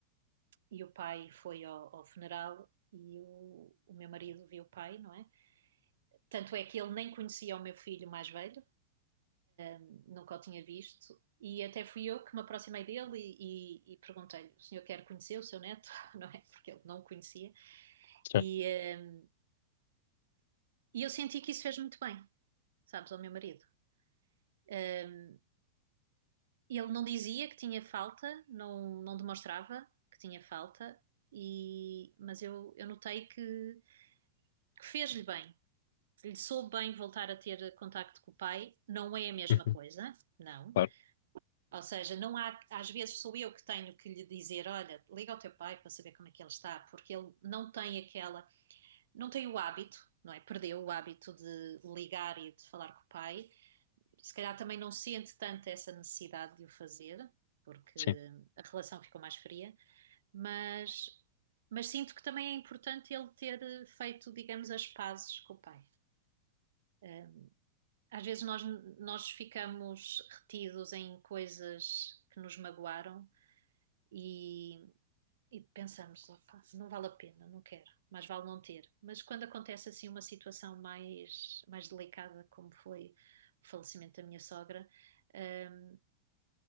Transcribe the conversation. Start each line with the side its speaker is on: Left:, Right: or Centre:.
Right: e o pai foi ao, ao funeral e o, o meu marido viu o pai, não é? Tanto é que ele nem conhecia o meu filho mais velho, nunca o tinha visto. E até fui eu que me aproximei dele e, e- e perguntei-lhe: o senhor quer conhecer o seu neto? <laughs> Não é? Porque ele não o conhecia.
Left: certo.
Right: E, eh, e eu senti que isso fez muito bem, sabes, ao meu marido. Um, Ele não dizia que tinha falta, não, não demonstrava que tinha falta, e, mas eu, eu notei que, que fez-lhe bem. Ele soube bem voltar a ter contacto com o pai. Não é a mesma
Left: Uhum.
Right: coisa, não.
Left: Claro.
Right: Ou seja, não há, às vezes sou eu que tenho que lhe dizer, olha, liga ao teu pai para saber como é que ele está, porque ele não tem aquela, não tem o hábito, não é? Perdeu o hábito de ligar e de falar com o pai. Se calhar também não sente tanto essa necessidade de o fazer, porque
Left: Sim.
Right: a relação ficou mais fria, mas, mas sinto que também é importante ele ter feito, digamos, as pazes com o pai. Eh, Às vezes nós, nós ficamos retidos em coisas que nos magoaram e, e pensamos, opa, não vale a pena, não quero, mais vale não ter. Mas quando acontece assim uma situação mais, mais delicada, como foi o falecimento da minha sogra, hum,